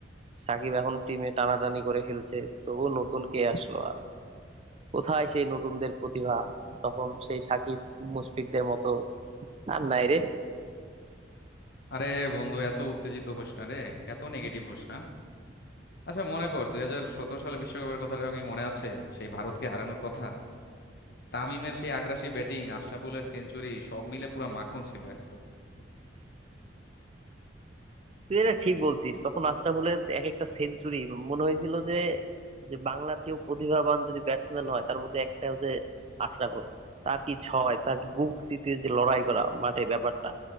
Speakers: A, on the right; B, on the left.
A: সাকিব এখন টিমে টানাটানি করে খেলছে তো ও নতুন কে আসলো আর কোথায় সেই নতুনদের প্রতিভা তখন সেই সাকিব মুশফিকদের মতো আর নাই রে
B: আরে বন্ধু এত উত্তেজিত হোস না রে এত নেগেটিভ হোস না আচ্ছা মনে কর দুই হাজার সতেরো সালে বিশ্বকাপের কথাটা কি মনে আছে সেই ভারতকে হারানোর কথা তামিমের সেই আগ্রাসী ব্যাটিং আশরাফুলের সেঞ্চুরি সব মিলে পুরো মাখন ছিল একদম
A: তুই এটা ঠিক বলছিস তখন আশরাফুলের এক একটা সেঞ্চুরি মনে হয়েছিল যে যে বাংলার কেউ প্রতিভাবান যদি ব্যাটসম্যান হয় তার মধ্যে একটা হচ্ছে আশরাফুল তার কি ছয় তার কি বুক চিতিয়ে যে লড়াই করা মাঠে ব্যাপারটা